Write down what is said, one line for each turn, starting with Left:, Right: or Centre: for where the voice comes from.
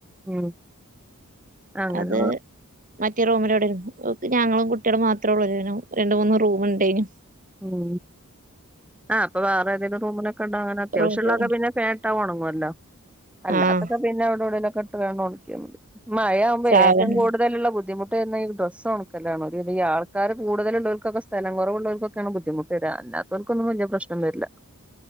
Centre: മ് അങ്ങനെ
Right: അത് മറ്റേ റൂമിലെവിടെ ഞങ്ങളും കുട്ട്യളും മാത്രോള്ളു രണ്ട് മൂന്ന് റൂമുണ്ടേനും
Centre: മ് ആഹ് അപ്പ വേറെതെലും റൂമിലക്കെടാ ങ്ങനെ അത്യാവശ്യള്ളക്കെ
Right: റൂമില്
Centre: പിന്നെ ഫാ ട്ട ഒണങ്ങുവല്ലോ അല്ലാതൊക്കെ
Right: ആഹ്
Centre: പിന്നെ അവിടെവിടെലൊക്കെ ഇട്ട്ങ്ങാണ്ട് ഒൺക്ക്യാ മതി മഴ
Right: സാധനം
Centre: ഏറ്റം കൂട്തല്ള്ള ബുദ്ധിമു ട്ടന്നെ ഈ ഡ്രസ്സൊണക്കലാണ് ഈ ആൾക്കാര് കൂടുതല്ള്ളോൽക്കൊക്കെ സ്ഥലം കൊറവുള്ളോൽകൊക്കെ ക്കാണ് ബുദ്ധിമുട്ട് വരാ അല്ലാതോൽകൊന്നും വല്യ പ്രശ്നം വരില്ല